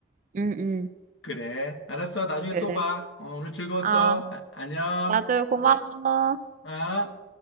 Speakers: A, on the right (about 40°); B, on the left (about 80°).
A: 응응
B: 그래, 알았어. 나중에
A: 그래
B: 또 봐. 어, 오늘 즐거웠어.
A: 아
B: 아- 안녕.
A: 나도 고마워
B: 아.